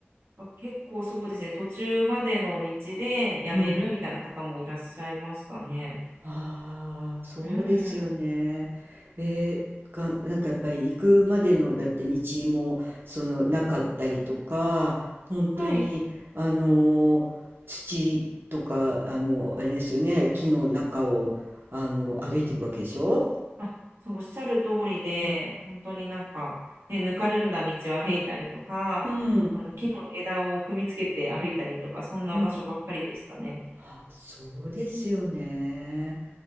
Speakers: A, on the right; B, on the right.
A: 結構そうですね、途中までの道でやめるみたいな方もいらっしゃいましたね。
B: うん。ああ、そうですよね。
A: うん。
B: えー、が、なんかやっぱり行くまでのだって道もそのなかったりとか、本当にあのー土とかあのあれですよね、
A: はい。
B: 木の中をあの歩いていくわけでしょ。
A: あ、そう、おっしゃる通りで、
B: うん。
A: 本当になんか、ね、ぬかるんだ道を歩いたりとか、
B: うん
A: あの木の枝を踏みつけて歩いたりとか、そんな場所ばっかりでしたね。
B: うん。あ、そうですよね。